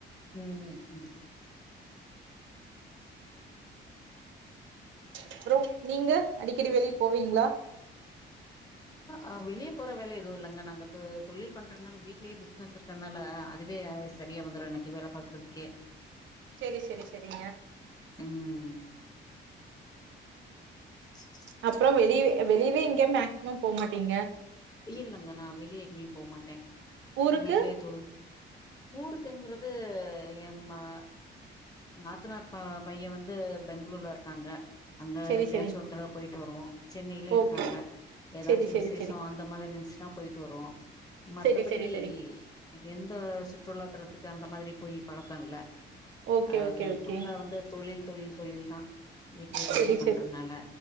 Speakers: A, on the left; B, on the right.
A: ம் ம்
B: அப்புறோ நீங்க அடிக்கடி வெளிய போவீங்களா
A: அ வெளிய போற வேல எதுவு இல்லங்க நாங்க து தொழில் பண்றதுனால வீட்லயே பிசினஸ் இருக் கனால அதுவே சரியா வந்துரு எனக்கு வேல பாக்கறதுக்கே
B: செரி செரி செரிங்க
A: ம் இச்
B: அப்புறோ வெளிய வெளியவே எங்க மேக்சிமம் போமாட்டீங்க
A: இல்லலங்க நா வெளியே எங்கேயு போ மாட்டே
B: ஊருக்கு
A: வீட்லயே து ஊருக்குங்குறது எ மா நாத்தனார் பா பைய வந்து பெங்க்ளூர்ல இருக்காங்க அங்க
B: செரி
A: எப்பயாச்சு
B: செரி
A: ஒரு தடவ போயிட்டு வருவோ சென்னையிலே
B: ஓகே
A: இருக்காங்க ஏதாச்சு
B: செரி செரி
A: விசேஷோ
B: செரி
A: அந் மாரி இருந்துச்சுன்னா போயிட்டு வருவோ மத்தபடி
B: செரி செரி
A: இ
B: செரிங்
A: எந்த சுற்றுலாத்தலத்துக்கு அந்த மாதிரி போய் பழக்கோ இல்ல
B: ஓகே
A: அது
B: ஓகே ஓகே
A: ஃபுல்லா வந்து தொழில் தொழில் தொழில் தா வீட்லயே தொழில்
B: செரி
A: பண்றதுனால